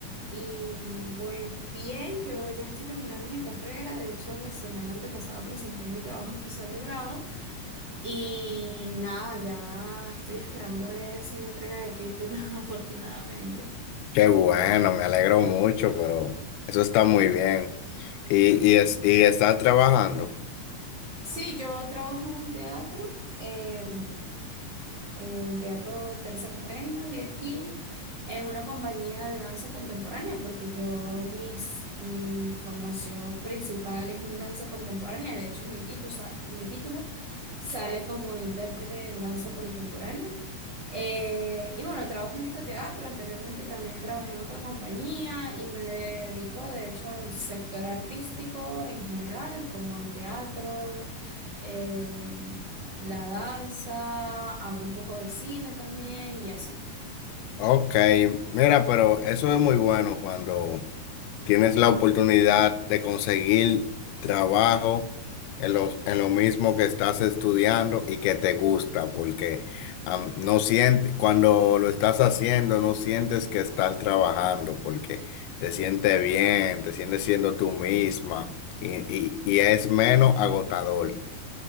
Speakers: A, on the right; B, on the left.
A: y voy bien. Yo ya estoy terminando mi carrera. De hecho, la semana antepasada presenté mi trabajo especial de grado. Y nada, ya estoy esperando es mi entrega de título, <laughs> afortunadamente.
B: Qué bueno, me alegro mucho, pero eso está muy bien. ¿Y, y, es- y estás trabajando?
A: Sí, yo trabajo en un teatro. em, en Teatro Teresa Carreño de aquí, en una compañía de danza contemporánea, porque yo, mis, mi formación principal es en danza contemporánea, de hecho mi título, mi título sale como intérprete en danza contemporánea. Eh, y bueno, trabajo en este teatro, anteriormente también trabajé en otra compañía y me dedico de hecho al sector artístico en general, como al teatro, eh, la danza, hago un poco de cine también y así.
B: Ok, mira, pero eso es muy bueno cuando Tienes la oportunidad de conseguir trabajo en lo, en lo mismo que estás estudiando y que te gusta, porque am, no sientes, cuando lo estás haciendo, no sientes que estás trabajando, porque te sientes bien, te sientes siendo tú misma y, y, y es menos agotador.